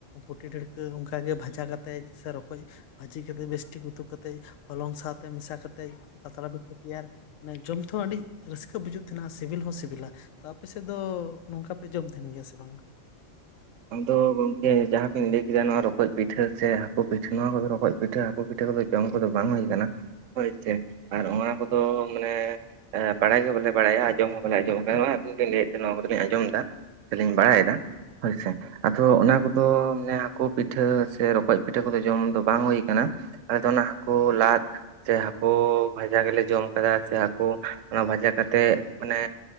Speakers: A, on the left (about 85°); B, on the right (about 80°).
A: ᱯᱩᱴᱤ ᱰᱷᱲᱠᱟᱹ ᱚᱝᱠᱟᱜᱮ ᱵᱷᱟᱡᱟ ᱠᱟᱛᱮᱡ ᱥᱮ ᱨᱚᱠᱚᱡ ᱵᱷᱟᱹᱡᱤ ᱠᱟᱛᱮᱫ ᱵᱮᱥ ᱴᱷᱤᱠ ᱩᱛᱩ ᱠᱟᱛᱮᱡ ᱦᱚᱞᱚᱝ ᱥᱟᱶᱛᱮ ᱢᱮᱥᱟ ᱠᱟᱛᱮᱡ ᱯᱟᱛᱲᱟ ᱯᱤᱴᱷᱟᱹ ᱛᱤᱭᱟᱨ᱾ ᱢᱟᱱᱮ ᱡᱚᱢ ᱛᱮᱦᱚ ᱟᱹᱰᱤ ᱨᱟᱹᱥᱠᱟᱹ ᱵᱩᱡᱩᱜ ᱛᱮᱦᱮᱱᱟ ᱟᱨ ᱥᱤᱵᱮᱞ ᱦᱚᱸ ᱥᱤᱵᱮᱞᱟ᱾ ᱛᱚ ᱟᱯᱮ ᱥᱮᱜ ᱫᱚ ᱱᱚᱝᱠᱟ ᱯᱮ ᱡᱚᱢ ᱛᱮᱦᱮᱱ ᱜᱮᱭᱟ ᱥᱮ ᱵᱟᱝ?
B: ᱟᱫᱚ ᱜᱚᱝᱠᱮ ᱡᱟᱦᱟᱸᱵᱤᱱ ᱞᱟᱹᱭ, ᱠᱮᱫᱟ ᱱᱚᱣᱟ ᱨᱚᱠᱚᱡ ᱯᱤᱴᱷᱟᱹ ᱥᱮ ᱦᱟᱹᱠᱩ ᱯᱤᱴᱷᱟᱹ ᱱᱚᱶᱟ ᱠᱚᱫᱚ ᱨᱚᱠᱚᱡ ᱯᱤᱴᱷᱟᱹ ᱦᱟᱹᱠᱳ ᱯᱤᱴᱷᱟᱹ ᱠᱚᱫᱚ ᱡᱚᱢ ᱠᱚᱫᱚ ᱵᱟᱝ ᱦᱳᱭ ᱠᱟᱱᱟ᱾ ᱦᱳᱭᱥᱮ ᱟᱨ ᱚᱱᱟ ᱠᱚᱫᱚ ᱢᱟᱱᱮ ᱮ ᱵᱟᱲᱟᱭ ᱜᱮ ᱵᱟᱞᱮ ᱵᱟᱲᱟᱭᱟ᱾ ᱟᱸᱡᱚᱢ ᱦᱚᱸ ᱵᱟᱞᱮ ᱟᱸᱡᱚᱢ ᱠᱟᱜᱼᱟ᱾ ᱱᱚᱣᱟ ᱟᱵᱤᱱ ᱵᱤᱱ ᱞᱟᱹᱭᱮᱫ ᱛᱮ ᱱᱚᱣᱟ ᱠᱚᱫᱚ ᱞᱤᱧ ᱟᱸᱡᱚᱢ ᱫᱟ ᱥᱮ ᱞᱤᱧ ᱵᱟᱲᱟᱭᱮᱫᱟ ᱦᱳᱭᱥᱮ᱾ ᱟᱫᱚ ᱚᱱᱟ ᱠᱚᱫᱚ ᱢᱟᱱᱮ ᱦᱟᱹᱠᱳ ᱯᱤᱴᱷᱟᱹ ᱥᱮ ᱨᱚᱠᱚᱡ ᱯᱤᱴᱷᱟᱹ ᱠᱚᱫᱚ ᱡᱚᱢ ᱫᱚ ᱵᱟᱝ ᱦᱳᱭ ᱠᱟᱱᱟ᱾ ᱟᱞᱮ ᱫᱚ ᱚᱱᱟ ᱦᱟᱹᱠᱳ ᱞᱟᱫ᱾ ᱥᱮ ᱦᱟᱹᱠᱳ ᱵᱷᱟᱡᱟ ᱜᱮᱞᱮ ᱡᱚᱢ ᱠᱟᱫᱟ, ᱥᱮ ᱦᱟᱹᱠᱳ ᱚᱱᱟ ᱵᱷᱟᱡᱟ ᱠᱟᱛᱮᱜ ᱢᱟᱱᱮ